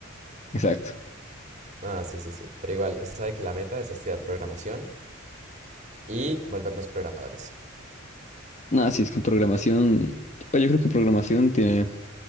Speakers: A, on the left; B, on the right.
A: Exacto.
B: Ah, sí, sí, sí. Pero igual, usted sabe que la meta es estudiar programación y volvernos programadores.
A: No, si es que programación, o yo creo que programación tiene,